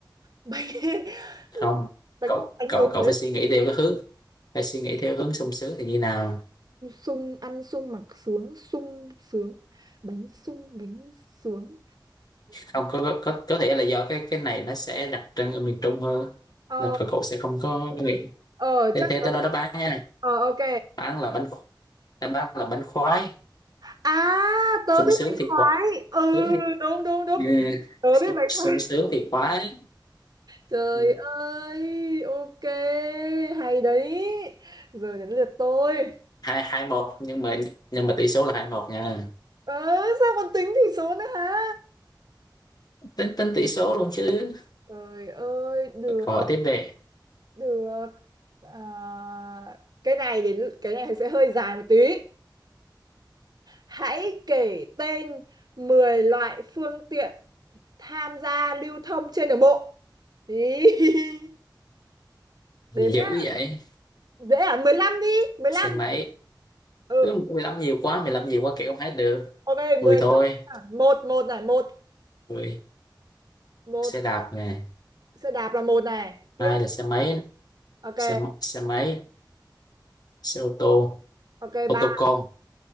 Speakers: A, on the right (about 55°); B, on the left (about 55°).
A: bánh <laughs>
B: không
A: bánh
B: cậu
A: bánh
B: cậu
A: ở
B: cậu
A: Huế
B: phải suy nghĩ theo cái hướng phải suy nghĩ theo hướng sung sướng thì như nào
A: sung ăn sung mặc sướng sung sướng bánh sung bánh sướng
B: không có có có, có thể là do cái cái này nó sẽ đặc trưng ở miền Trung hơn
A: ờ
B: nên cậu cậu sẽ không có nghĩ
A: ờ
B: thế
A: chắc
B: thế
A: tớ-
B: tao nói đáp án nha
A: ờ ok
B: đáp án là bánh đáp án là bánh khoái
A: à tớ
B: sung
A: biết
B: sướng
A: bánh
B: thì
A: khoái
B: khoái
A: ừ
B: sướng thì
A: đúng đúng đúng
B: ừ,
A: tớ
B: sung,
A: biết bánh
B: sung
A: khoái
B: sướng thì khoái
A: trời
B: Ừ,
A: ơi ok hay đấy giờ đến lượt tôi
B: hai hai một nhưng mà nhưng mà tỷ số là hai một nha
A: ờ sao còn tính tỷ số nữa hả
B: tính tính tỷ số luôn chứ
A: trời ơi được
B: câu hỏi tiếp về
A: được à, cái này đến cái này sẽ hơi dài một tí Hãy kể tên 10 loại phương tiện tham gia lưu thông trên đường bộ. Ý, <laughs> Đếm
B: dữ
A: nhé.
B: vậy
A: Dễ à? mười lăm đi, Mười lăm.
B: xin máy
A: Ừ.
B: cứ 15 nhiều quá 15 nhiều quá kiểu không hết được
A: Ok,
B: 10
A: Mười
B: thôi
A: lăm. Một một này, một
B: Mười
A: một
B: xe đạp nè
A: xe đạp là một này. Tiếp.
B: hai là xe máy
A: Ok,
B: xe m- xe máy xe ô tô
A: ok
B: ô
A: ba.
B: tô con